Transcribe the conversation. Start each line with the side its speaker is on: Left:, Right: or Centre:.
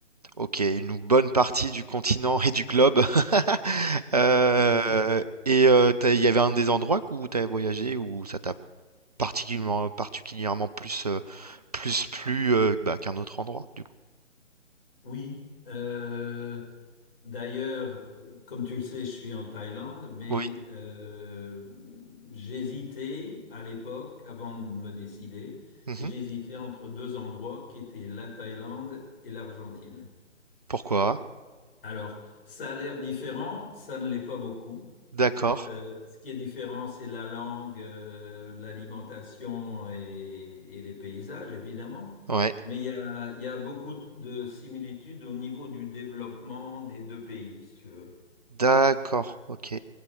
Right: Ok, une bonne partie du continent et du globe. <laughs> Euh,
Left: Oui,
Right: et euh, t'as- il y avait un des endroits où tu as voyagé où ça t'a particulièrement, particulièrement plus, euh, plus plu euh, bah, qu'un autre endroit, du coup.
Left: oui. Euh, d'ailleurs, comme tu le sais, je suis en Thaïlande, mais
Right: Oui.
Left: euh, j'hésitais à l'époque, avant de me décider,
Right: Mhm.
Left: j'hésitais entre deux endroits qui étaient la Thaïlande et l'Argentine.
Right: Pourquoi?
Left: Alors, ça a l'air différent, ça ne l'est pas beaucoup.
Right: D'accord.
Left: Euh, ce qui est différent, c'est la langue, euh, l'alimentation et, et les paysages, évidemment.
Right: Ouais.
Left: Mais il y a, il y a beaucoup de similitudes au niveau du développement des deux pays, si tu veux.
Right: D'accord, ok.